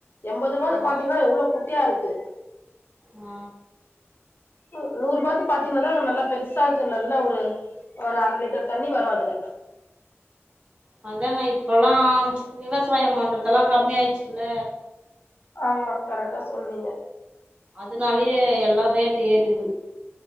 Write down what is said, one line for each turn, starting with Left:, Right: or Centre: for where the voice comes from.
Left: எம்பதுருபால
Right: ஆ
Left: பாத்தீங்கனா எவ்ளோ குட்டியாருக்கு.
Right: ஆ
Left: ம் நூறுபாக்கு பாத்தீங்னாதா அங்க நல்லா பெருசா இருக்கு நல்ல ஒரு ஒரு அர லிட்டர் தண்ணி வரு அதுல.
Right: அதாங்க இப்பல்லா விவசாயம் பண்றதெல்லா கம்மி ஆயிட்ச்சுல்ல.
Left: ஆமா கரெக்டா சொல்னீங்க.
Right: அதுனாலயே எல்லா ரேட்டு ஏறிது.